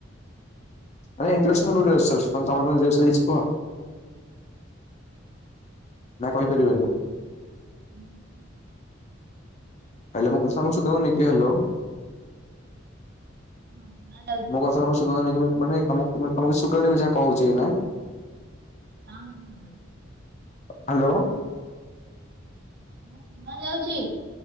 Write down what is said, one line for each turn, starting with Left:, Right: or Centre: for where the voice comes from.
Left: ତମ ନିଜଷୟରେ କିଛି କୁହ ନା କହିପାରିବେନି
Right: ହୁଁ
Left: ହ୍ୟାଲୋ ମୁଁ କ <unintelligible> କିି ହ୍ୟାଲୋ <unintelligible>
Right: ଶୁଣା ଯାଉଛି
Left: ମାନେ ତମକୁନା ତମକୁ ସୁଗନ ଯାହା କହୁଛି ନା
Right: ହଁ ହ
Left: ହ୍ୟାଲୋ
Right: ହଁ କ ଯାଉଛି